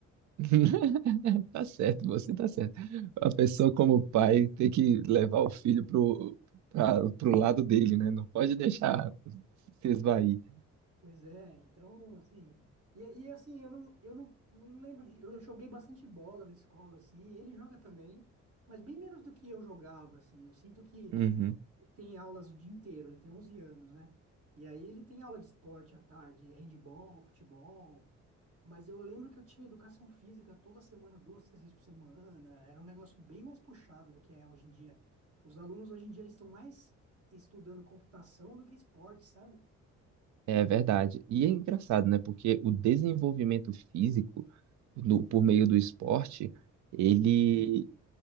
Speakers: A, on the right; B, on the right.
A: <laughs> Tá certo, você tá certo. A pessoa como pai tem que levar o filho pro, pra, pro lado dele, né? Não pode deixar se esvair.
B: Pois é, então, assim. E, e assim, eu não, eu não, não lembro de. Eu joguei bastante bola na escola, assim, ele joga também, mas bem menos do que eu jogava, assim. Eu sinto que
A: Uhum.
B: ele tem aulas o dia inteiro, ele tem 11 anos, né? E aí ele tem aula de esporte à tarde, handball, futebol. Mas eu lembro que eu tinha educação física toda semana, duas, três vezes por semana. Era um negócio bem mais puxado do que é hoje em dia. Os alunos hoje em dia eles estão mais estudando computação do que esporte, sabe?
A: É verdade. E é engraçado, né? Porque o desenvolvimento físico no- por meio do esporte, ele